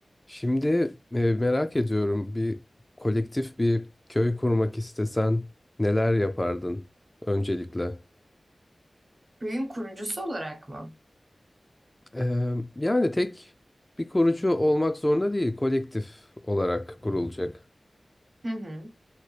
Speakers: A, on the left (about 20°); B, on the right (about 50°).
A: Şimdi e, merak ediyorum bir kolektif bir köy kurmak istesen neler yapardın öncelikle?
B: Köyün kurucusu olarak mı?
A: Ee, yani tek bir kurucu olmak zorunda değil, kolektif olarak kurulacak.
B: Hı hı.